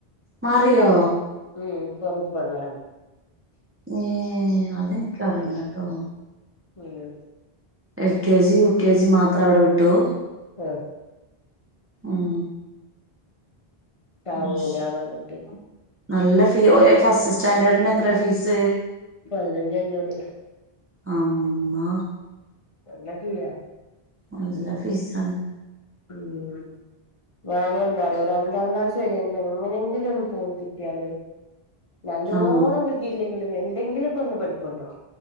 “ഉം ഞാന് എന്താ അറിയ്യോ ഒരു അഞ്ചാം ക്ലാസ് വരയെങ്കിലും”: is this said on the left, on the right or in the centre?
Left